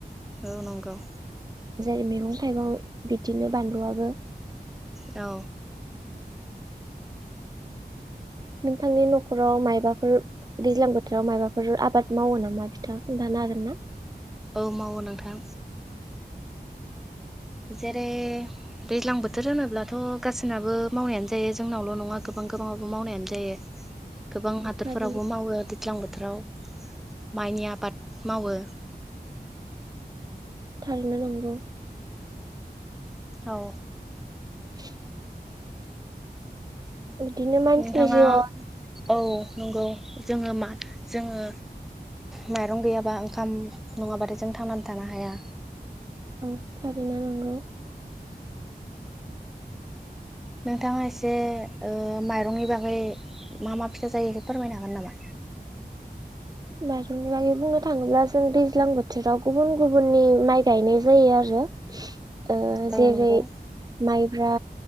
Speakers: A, in the centre; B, on the right (about 25°).
A: न नंगौ
B: जेरै मैगं थाइगं बिदिनो बानलुआबो
A: औ
B: नोंथांनि नखराव मायबाफोर दैज्लां बोथोराव मायबाफोर आबाद मावो नामा बिथाङा खोनन्थानो हागोन ना
A: औ मावो नोंथां जेरै दैज्लां बोथोर होनोब्लाथ गाससिनाबो मावनायानो जायो जोंनावल नङा गोबां गोबाङाबबो मावनायानो जायो गोबां हादोरफोरावबो
B: थारैनो
A: मावो दैज्लां बोथोराव माइनि आबाद मावो
B: थारैनो नंगौ
A: औ
B: <inaudible> बिदिनो मानसिनि
A: नोंथाङा
B: जिउआव
A: औ नंगौ जोङो मा जोङो माइरं गैयाबा ओंखाम नङाबथाय जों थांनानै थानो हाया
B: औ थारै नंगौ
A: नोंथाङा एसे ओ माइरंनि बागै मा मा फिथा जायो बेखौ फोरमायनो हागोन नामा
B: माइरंनि बागै बुंनो थाङोब्ला जों दैज्लां बोथोराव गुबुन गुबुननि माइ गायनाय जायो आरो ओ
A: औ
B: जेरै
A: नंगौ
B: माइब ब्रा